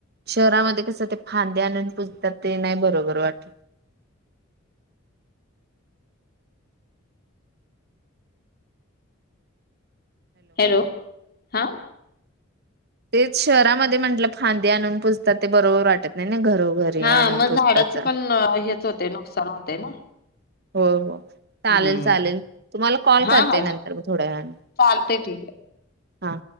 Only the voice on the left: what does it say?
हॅलो हा.
हा
मग
झाडाच पण हेच होते नुकसान होते ना.
हम्म
हा
हा
चालते ठीक आहे